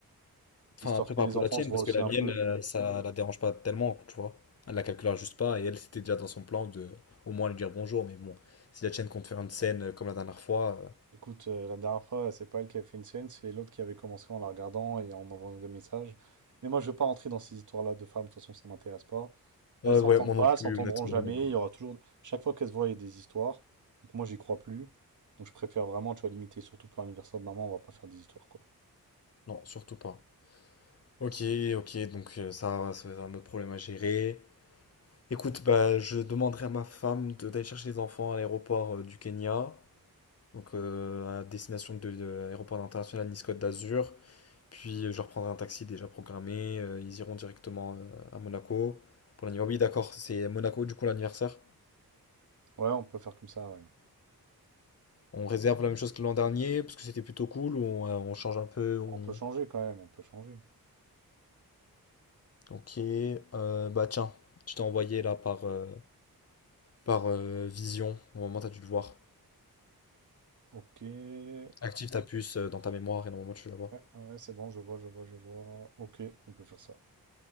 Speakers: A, on the left; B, on the right.
A: Enfin,
B: Histoire
A: prépare
B: que les
A: pour
B: enfants
A: la tienne,
B: se voient
A: parce
B: aussi
A: que la
B: un
A: mienne,
B: peu.
A: euh, ça la dérange pas tellement, tu vois. Elle la calculera juste pas, et elle, c'était déjà dans son plan de au moins lui dire bonjour, mais bon, si la tienne compte faire une scène euh, comme la dernière fois. euh,
B: Écoute, euh, la dernière fois, c'est pas elle qui avait fait une scène, c'est l'autre qui avait commencé en la regardant et en envoyant des messages. Mais moi, je veux pas rentrer dans ces histoires-là de femmes, de toute façon, ça m'intéresse pas. Elles
A: Ouais,
B: s'entendent
A: ouais, moi
B: pas,
A: non
B: elles
A: plus,
B: s'entendront
A: honnêtement.
B: jamais.
A: euh,
B: Il y aura toujours. Chaque fois qu'elles se voient, il y a des histoires. Donc, moi, j'y crois plus. Donc, je préfère vraiment, tu vois, limiter, surtout pour l'anniversaire de maman, on va pas faire des histoires, quoi.
A: Non, surtout pas. Ok, ok, donc euh, ça, ça va être un autre problème à gérer. Écoute, bah, je demanderai à ma femme de- d'aller chercher les enfants à l'aéroport euh, du Kenya, donc euh, à destination de, de l'aéroport international Nice Côte d'Azur. Puis euh, je leur prendrai un taxi déjà programmé. euh, ils iront directement euh, à Monaco pour l'anniversaire. Oui, d'accord, c'est Monaco du coup l'anniversaire.
B: Ouais, on peut faire comme ça, ouais.
A: On réserve la même chose que l'an dernier parce que c'était plutôt cool. Ou On, euh, on change un peu. On...
B: On peut changer quand même, on peut changer.
A: Ok. euh, bah tiens, je t'ai envoyé là par, euh, par euh, Vision. Normalement, t'as dû le voir.
B: Ok, ouais,
A: Active ta puce euh, dans ta mémoire et normalement tu la vois.
B: ouais, c'est bon, je vois, je vois, je vois. Ok, on peut faire ça.